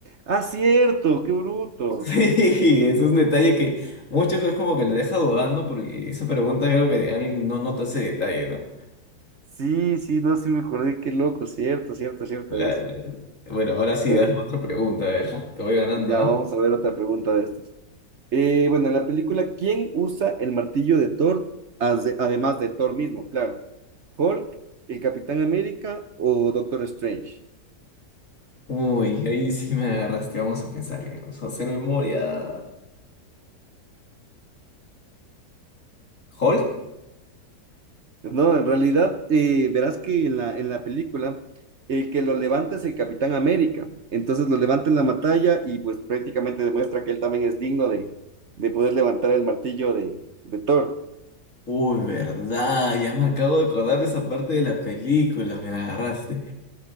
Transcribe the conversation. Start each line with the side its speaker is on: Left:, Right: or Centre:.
Right: Ah, cierto, qué bruto.
Left: Sí, es un detalle que muchos es como que le deja dudando porque esa pregunta creo que alguien no nota ese detalle, ¿no?
Right: Sí, sí, no, sí me acordé, qué loco, cierto, cierto, cierto
Left: La-
Right: es.
Left: la- Bueno, ahora sí,
Right: Ya,
Left: dame otra pregunta, a ver, te voy ganando,
Right: ya
Left: ¿ah?
Right: vamos a ver otra pregunta de estas. Eh, bueno, en la película, ¿quién usa el martillo de Thor? Ade- Además de Thor mismo, claro. ¿Hulk, el Capitán América o Doctor Strange?
Left: Uy, ahí sí me agarraste, vamos a pensar, ya, vamos a hacer memoria. ¿Hulk?
Right: No, en realidad, eh, verás que en la, en la película, el que lo levanta es el Capitán América. Entonces lo levanta en la batalla y pues prácticamente demuestra que él también es digno de, de poder levantar el martillo de, de Thor.
Left: Uy, verdad, ya me acabo de acordar de esa parte de la película, me agarraste.